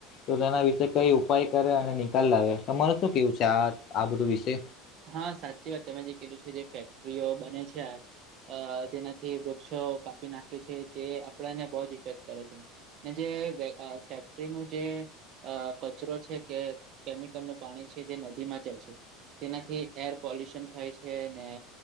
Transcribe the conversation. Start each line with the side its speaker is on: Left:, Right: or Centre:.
Left: તો તેના વિશે કઈ ઉપાય કરે અને નિકાલ લાવે તમાર શું કેવું છે આ આ બધું વિશે?
Right: હા સાચી વાત તમે જે કીધું છે જે ફેક્ટરીઓ બને છે. અ જેનાથી વૃક્ષો કાપી નાખે છે તે આપણાને બહ જ ઇફેક્ટ કરે છે. ને જે ફેક્ટરીનું જે આ કચરો છે કે, કેમિકલ નું પાણી છે કે નદીમાં જાય છે. તેનાથી એર પોલ્યુશન થાય છે ને